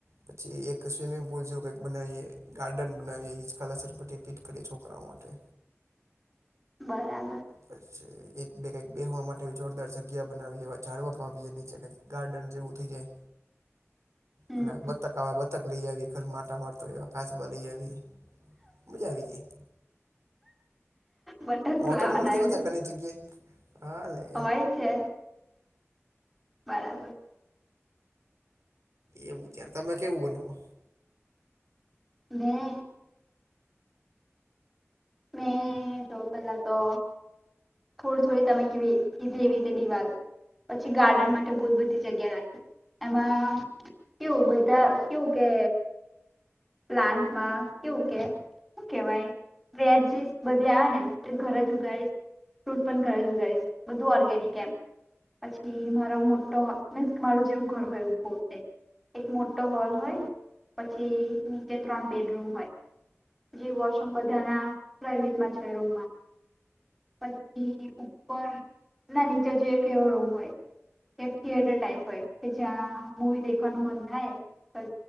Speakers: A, on the right; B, in the centre.
A: પછી એક સ્વિમિંગ પુલ જેવું કઈક બનાવીએ, ગાર્ડન બનાવીએ, કા લસરપટ્ટી કંઈક કરીએ છોકરાઓ માટે.
B: બરાબર.
A: પછી એક બે કંઈક બેહવા માટે જોરદાર જગ્યા બનાવીએ, એવા ઝાળવા વાવીએ નીચે કંઈક ગાર્ડન જેવું થઇ જાય.
B: હમ
A: અને બતક આવે બત તક લઈ આવીએ, ઘરમાં આતા મારતો હોય એવા કાચબા લઇ આવીએ. મજા આવી જાય.
B: બટક
A: હોટલમાં
B: લાવવાના
A: નથી
B: એવું
A: હોતા ઘણી જગ્યાએ. હાલે.
B: હોય છે. બરાબર.
A: એવું જ્યારે તમે કેવું બનાવો?
B: મેં મેં સૌ પેહલા તો થોડી થોડી તમે કેવી કીધી એવી રીતે દિવાલ પછી ગાર્ડન માટે બહ બધી જગ્યા રાખી. એમાં કેવું બધા કેવુ કે પ્લાન્ટમાં કેવું કે શું કેવાય? વેચ જશ બધી આવે ને તો ઘર જ ઉગાડીશ ફ્રૂટ પણ ઘરે ઉગાડીસ. બધું ઓર્ગેનિક એમ. પછી મારો મોટો મિસ મારું જેવું ઘર હોય તે. એક મોટો હોલ હોય પછી નીચે ત્રણ બેડરૂમ હોય. પછી વોશરૂમ બધાના પ્રઇવેટમાંજ હોય રૂમમાં. પછી ઉપર ના નીચે જોઈએ કે એવો રૂમ હોય. કે થથીયટર ટાઈપ હોય કે જ્યાં મુવી દખવાનું મન થાય તો